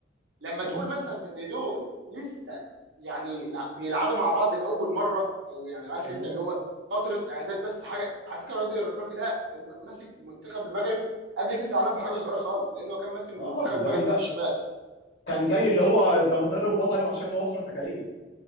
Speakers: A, on the right; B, on the left.
A: لما
B: مم.
A: تقول مثلا ان دول لسه يعني لا- بيلعبوا مع بعض لاول مره او يعني عارف
B: مم.
A: انت اللي هو فتره اعداد بس حاجه على فكره وادي الركراكي ده م- ماسك منتخب المغرب قبل كاس العالم بحاجه صغيره خالص لانه كان ماسك منتخب
B: اه
A: المغرب
B: ده كان
A: بتاع
B: جا...
A: الشباب
B: كان جاي اللي هو ده مدرب وطني وعشان نوفر تكاليف